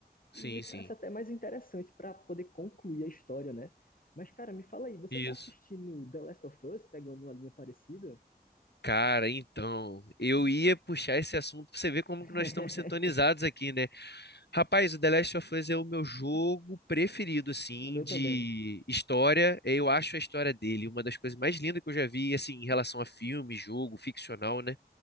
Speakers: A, on the left; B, on the left.
A: Sim,
B: e me parece
A: sim.
B: até mais interessante para poder concluir a história, né? Mas, cara, me fala aí, você
A: Isso.
B: tá assistindo The Last of Us, pegando uma linha parecida?
A: Cara, então, eu ia puxar esse assunto pra você ver como
B: <laughs>
A: que nós estamos sintonizados aqui, né? Rapaz, o The Last of Us é o meu jogo preferido, assim,
B: O meu
A: de
B: também.
A: história. Eu acho a história dele uma das coisas mais lindas que eu já vi, assim, em relação a filme, jogo, ficcional, né?